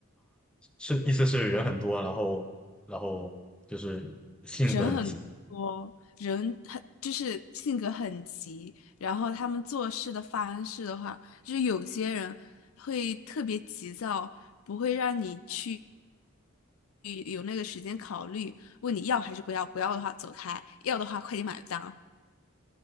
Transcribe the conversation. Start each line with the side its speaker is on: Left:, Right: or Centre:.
Centre: 是意思是人很多，然后然后就是性子很急
Left: 人很多，人很就是性格很急，然后他们做事的方式的话，就是有些人会特别急躁，不会让你去有那个时间考虑，问你要还是不要，不要的话走开，要的话快点买单。